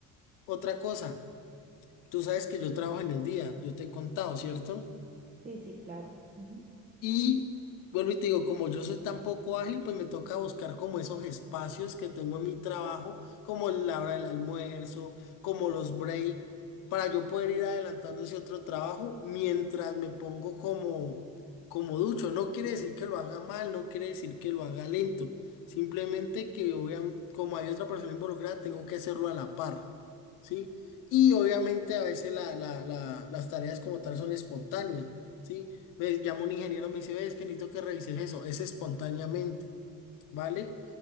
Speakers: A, on the left (about 65°); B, on the right (about 25°).
A: Otra cosa, tú sabes que yo trabajo en el día, yo te he contado, ¿cierto?
B: sí, sí, claro. ujú.
A: Y vuelvo y te digo, como yo soy tan poco ágil, pues me toca buscar como esos espacios que tengo en mi trabajo, como la hora del almuerzo, como los break, para yo poder ir adelantando ese otro trabajo mientras me pongo como, como ducho. No quiere decir que lo haga mal, no quiere decir que lo haga lento. Simplemente que obviamente, como hay otra persona involucrada, tengo que hacerlo a la par, ¿sí? Y obviamente a veces la- la- la- las tareas como tal son espontáneas. ¿sí? Me llama un ingeniero, me dice, ves que necesito que revises eso, es espontáneamente, ¿vale?